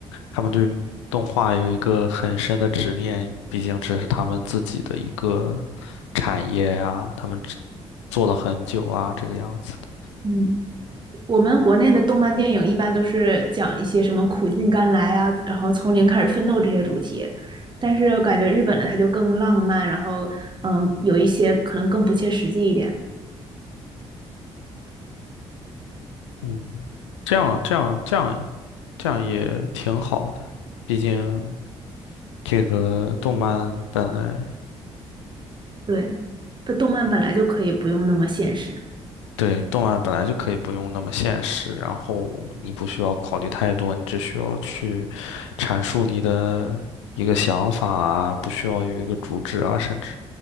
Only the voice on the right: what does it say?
嗯，我们国内的动漫电影一般都是讲一些什么苦尽甘来啊，然后从零开始奋斗这些主题，但是感觉日本的它就更浪漫，然后嗯，有一些可能更不切实际一点。
对，它动漫本来就可以不用那么现实。